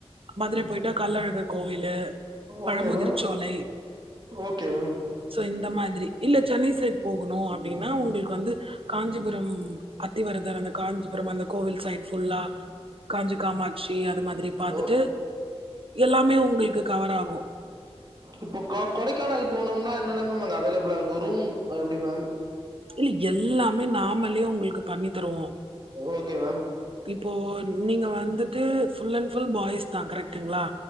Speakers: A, on the right; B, on the right.
A: மதுரை போயிட்டா கள்ளழகர் கோவிலு Pazhamudircholai
B: okay ma'am okay ma'am
A: so இந்த மாதிரி இல்ல சென்னை சைட் போகுணு அப்டின்னா உங்களுக்கு வந்து காஞ்சிபுரம் அத்திவரதர் அந்த காஞ்சிபுரம் அந்த கோவில் சைட் ஃபுல்லா காஞ்சி காமாட்சி அது மாதிரி பாத்துட்டு
B: ஓ
A: எல்லாமே உங்ளுக்கு கவர் ஆகு
B: இப்போ க கொடைக்கானல் போனோம்னா என்னென்ன மேம் அங்க அவைலெபிளா இருக்கு ரூம் எப்டி மேம்
A: இல்ல எல்லாமே நாமலே உங்களுக்கு பண்ணி தருவோ
B: ஓகே மேம்
A: இப்போ நீங்க வந்துட்டு ஃபுல் அண்ட் ஃபுல் பாய்ஸ்தா கரெக்ட்டுங்ளா